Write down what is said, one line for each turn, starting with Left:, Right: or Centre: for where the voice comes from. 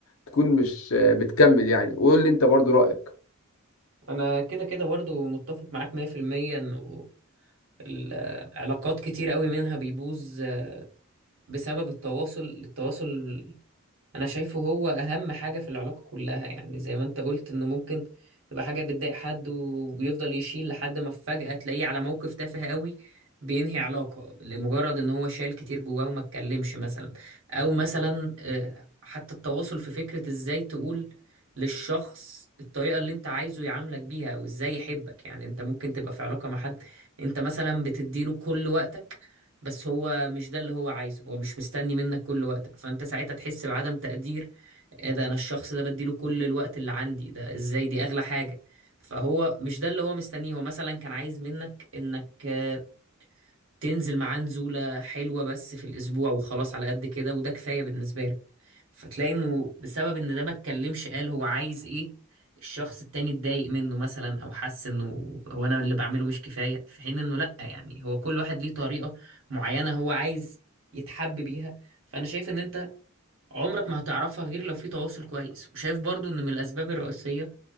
Left: تكون مش آه، بتكمل يعني وقول لي انت برضو رأيك
Right: أنا كده كده برضو متفق معاك 100% إنه العلاقات كتير قوي منها بيبوظ آه، بسبب التواصل التواصل انا شايفه هو اهم حاجة في العلاقة كلها يعني زي ما انت قلت انه ممكن تبقى حاجة بتضايق حد ويفضل يشيل لحد ما فجأة تلاقيه على موقف تافه قوي بينهي علاقة لمجرد ان هو شال كتير جواه وما اتكلمش مثلا او مثلا آه، حتى التواصل في فكرة ازاي تقول للشخص الطريقة اللي انت عايزه يعاملك بيها او ازاي يحبك يعني انت ممكن تبقى في علاقة مع حد انت مثلا بتديله كل وقتك بس هو مش ده اللي هو عايزه هو مش مستني منك كل وقتك فانت ساعتها تحس بعدم تقدير إيه ده انا الشخص ده بديله كل الوقت اللي عندي ده ازاي دي اغلى حاجة فهو مش ده اللي هو مستنيه هو مثلا كان عايز منك انك آه، تنزل معاه نزولة حلوة بس في الأسبوع وخلاص على قد كده وده كفاية بالنسبة له فتلاقي إنه بسبب إن ده ما اتكلمش قال هو عايز إيه الشخص التاني اتضايق منه مثلا أو حس إنه هو أنا اللي بعمله مش كفاية في حين إنه لأ يعني هو كل واحد ليه طريقة معينة هو عايز يتحب بيها فأنا شايف إن أنت عمرك ما هتعرفها غير لو في تواصل كويس وشايف برضو إن من الأسباب الرئيسية